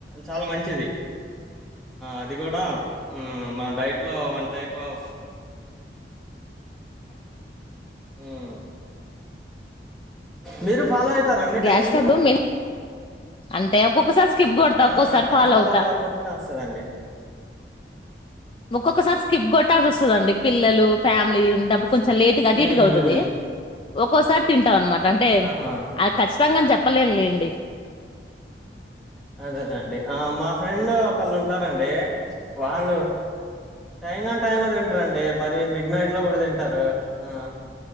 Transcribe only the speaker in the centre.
చాలా మంచిది అది కూడా మన డైట్లో వన్ టైప్ ఆఫ్. ఉమ్ మీరు ఫాలో అయిత్ చెతారంండి
టైమింగ్
ఆ
టైమ్ ఫాలో
కాపోతేనే వస్తందండి
హ్మ్
హ్మ్
ఆహా
అదేనండి ఆ మా ఫ్రెండ్ ఒకళ్ళు ఉంటారండి వాళ్ళు టైంగా టై లో తింటారంండి మరి మిడ్ నైట్ లో కూడా తింటారు ఆ